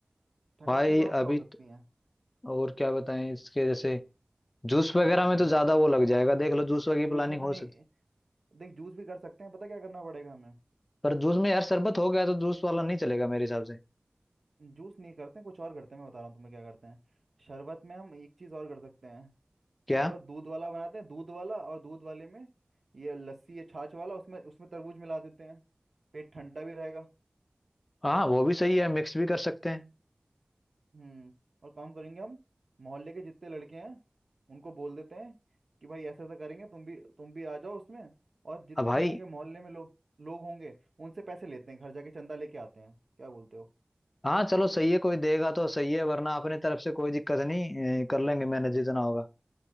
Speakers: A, on the right; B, on the left.
A: ठंडी
B: भाई
A: चीज और क्या
B: अभी
A: हो
B: तो-
A: सकती है
B: और क्या बताएं इसके जैसे जूस वगैरह
A: हाँ
B: में तो ज्यादा वो लग जाएगा देख लो जूस वगैरह की
A: जूस
B: प्लानिंग
A: में तो
B: हो
A: नहीं
B: सकती है,
A: देख जूस भी कर सकते हैं पता क्या करना पड़ेगा हमें
B: पर जूस में यार शरबत हो गया तो जूस वाला नहीं चलेगा मेरे हिसाब से
A: जूस नहीं करते कुछ और करते हैं मैं बता रहा हूँ तुम्हें क्या करते हैं शरबत में हम एक चीज और कर सकते हैं
B: क्या
A: शरबत दूध वाला बनाते हैं दूध वाला और दूध वाले में ये लस्सी ये छाछ वाला उसमें उसमें तरबूज मिला देते हैं पेट ठंडा भी रहेगा
B: हाँ वो भी सही है मिक्स भी कर सकते हैं
A: हम्म और काम करेंगे हम मोहल्ले के जितने लड़के हैं उनको बोल देते हैं कि भाई ऐसा ऐसा करेंगे तुम भी तुम भी आ जाओ उसमें और जितने
B: अब भाई
A: भी होंगे मोहल्ले में लोग लोग होंगे उनसे पैसे लेते हैं घर जाके चंदा लेके आते हैं क्या बोलते हो
B: हाँ चलो सही है कोई देगा तो सही है वरना अपने तरफ से कोई दिक्कत नहीं ए, कर लेंगे मैनेज
A: हम्म
B: जितना होगा